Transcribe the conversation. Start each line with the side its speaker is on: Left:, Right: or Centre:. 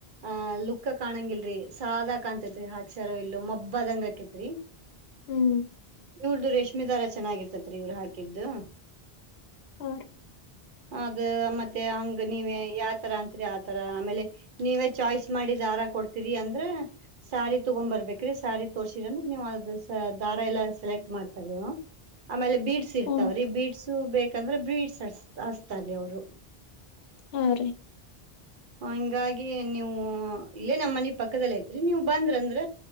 Right: ಆ ಲುಕ್ ಕಾಣಂಗಿಲ್ರರಿ ಸಾದ ಕಾಣಂತೇತ್ರಿ ಹಾಕ್ಷರ ಇಲ್ಲ ಮಬ್ಬದಂಗಕೇತ್ರಿ. <inaudible>
Left: ಹ್ಮ.
Right: ಇವ್ರ್ದು ರೇಷ್ಮ ದಾರ ಚೆನ್ನಾಗಿರ್ತತ್ರಿ ಇವ್ರ ಹಾಕಿದ್ದು.
Left: ಹಾರಿ.
Right: ಅದ ಮತ್ತೆ ಹಂಗ ನೀವ ಯಾತರ ಅತ್ರಿ ಆತರ ಆಮೇಲೆ ನೀವೇ ಚಾಯ್ಸ್ ಮಾಡಿ ದಾರ ಕೊಡ್ತೀರಿ ಅಂದ್ರ ಸಾರಿ ತುಗೊಂದ ಬರ್ಬೇಕ್ರೀ ಸಾರಿ ತೋರ್ಸಿರ ಅಂದ್ರ ನೀವ ಅದ ದಾರ ಎಲ್ಲಾ ಸೆಲೆಕ್ಟ್ ಮಾಡ್ತಾರ ಅವ. ಆಮೇಲ ಬೀಡ್ಸ್ ಇರ್ತಾವ್ರಿ
Left: ಹ್ಮ್
Right: ಬೀಡ್ಸ ಬೇಕಂದ್ರ ಬೀಡ್ಸ್ ಹಚ್ಚತಾರಿ ಅವ್ರು.
Left: ಹಾರೀ.
Right: ಹಂಗಾಗಿ ನೀವು ಇಲ್ಲೇ ನಮ್ಮ ಮನಿ ಪಕ್ಕದಲ್ಲ ಐತ್ರಿ ನೀವ ಬಂದ್ರಂದ್ರ